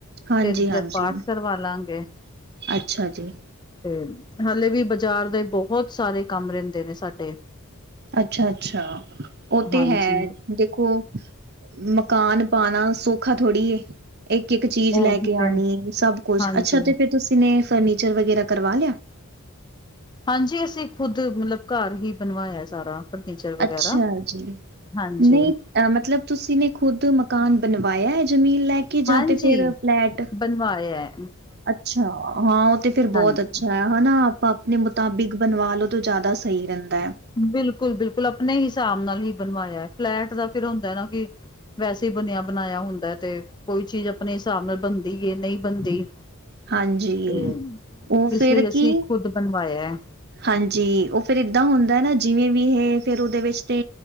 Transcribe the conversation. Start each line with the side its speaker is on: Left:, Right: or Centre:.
Right: ਹਾਂਜੀ-ਹਾਂਜੀ
Left: ਫਿਰ ਇੱਧਰ ਪਾਠ ਕਰਵਾ ਲਾਂ ਗੇ।
Right: ਅੱਛਾ ਜੀ।
Left: ਤੇ ਹਾਲੇ ਵੀ ਬਜ਼ਾਰ ਦੇ ਬਹੁਤ ਸਾਰੇ ਕੰਮ ਰਹਿੰਦੇ ਨੇ ਸਾਡੇ।
Right: ਅੱਛਾ ਅੱਛਾ ਉਹ ਤੇ
Left: ਹਾਂਜੀ।
Right: ਹੈ ਦੇਖੋ ਮਕਾਨ ਪਾਣਾ ਸੌਖਾ ਥੋੜ੍ਹੀ ਏ। ਇੱਕ ਇੱਕ ਚੀਜ਼ ਲੈ
Left: ਉਹੀ
Right: ਕੇ
Left: ਤੇ
Right: ਆਣੀ ਏ ਸਭ ਕੁਛ,
Left: ਹਾਂਜੀ।
Right: ਅੱਛਾ ਤੇ ਫਿਰ ਤੁਸੀਂ ਨੇ ਫਰਨੀਚਰ ਵਗੈਰਾ ਕਰਵਾ ਲਿਆ?
Left: ਹਾਂਜੀ ਅਸੀਂ ਖੁੱਦ ਮਤਲਬ ਘਰ ਹੀ ਬਣਵਾਇਆ ਸਾਰਾ। ਫਰਨੀਚਰ ਵਗੈਰਾ
Right: ਅੱਛਾ ਜੀ।
Left: ਹਾਂਜੀ।
Right: ਨਈ ਅ ਮਤਲਬ ਤੁਸੀਂ ਨੇ ਖੁਦ ਮਕਾਨ ਬਣਵਾਇਆ ਹੈ ਜ਼ਮੀਨ ਲੈ ਕੇ
Left: ਹਾਂਜੀ!
Right: ਜਾਂ ਤੇ ਫਿਰ ਫਲੈਟ?
Left: ਬਣਵਾਇਆ।
Right: ਅੱਛਾ! ਹਾਂ ਉਹ ਤੇ ਫੇਿਰ
Left: ਹਾਂਜੀ।
Right: ਬਹੁਤ ਅੱਛਾ ਆ। ਹੈਨਾ ਆਪਾਂ ਆਪਣੇ ਮੁਤਾਬਿਕ ਬਣਵਾਾਲੋ ਤਾਂ ਜ਼ਿਆਦਾ ਸਹੀ ਰਹਿੰਦਾ ਆ।
Left: ਬਿਲਕੁਲ ਬਿਲਕੁਲ ਆਪਣੇ ਹਿਸਾਬ ਨਾਲ ਹੀ ਬਣਵਾਇਆ ਫਲੈਟ ਦਾ ਫਿਰ ਹੁੰਦਾ ਨਾ ਕਿ ਵੈਸੇ ਬਣਿਆ ਬਣਾਇਆ ਹੁੰਦਾ ਤੇ ਕੋਈ ਚੀਜ਼ ਆਪਣੇ ਹਿਸਾਬ ਨਾਲ ਬਣਦੀ ਏ ਨਹੀਂ ਬਣਦੀ।
Right: ਹਾਂਜੀ
Left: ਤੇ
Right: ਓ
Left: ਇਸ
Right: ਫਿਰ
Left: ਲਈ ਅਸੀਂ
Right: ਕੀ
Left: ਖੁਦ ਬਣਵਾਇਆ।
Right: ਹਾਂਜੀ, ਉਹ ਫਿਰ ਇੱਦਾਂ ਹੁੰਦਾ ਨਾ ਜਿਵੇਂ ਵੀ ਇਹ ਫਿਰ ਉਹਦੇ ਵਿੱਚ ਤੇ